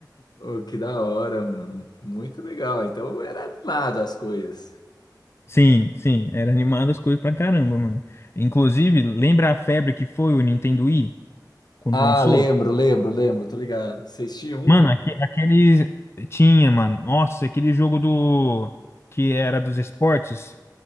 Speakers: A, on the left; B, on the left.
A: Ô, que da hora, mano. Muito legal. Então era animado as coisas.
B: Sim, sim, era animado as coisas pra caramba, mano. Inclusive, lembra a febre que foi o Nintendo Wii quando
A: Ah,
B: lançou?
A: lembro, lembro, lembro, tô ligado. Vocês tinham um?
B: Mano, aque- aquele, tinha, mano. Nossa, aquele jogo do que era dos esportes.